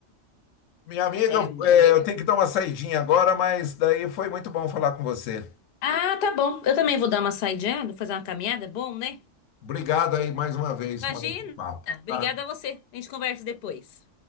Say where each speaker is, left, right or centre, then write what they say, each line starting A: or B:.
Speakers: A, on the left; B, on the left.
A: Minha amiga,
B: É,
A: é,
B: é bem.
A: eu tenho que dar uma saidinha agora, mas daí foi muito bom falar com você.
B: Ah, tá bom. Eu também vou dar uma saidinha, vou fazer uma caminhada, é bom, né?
A: Obrigado aí mais uma vez,
B: Imagina!
A: mais um papo,
B: Obrigada
A: tá?
B: a você. A gente conversa depois.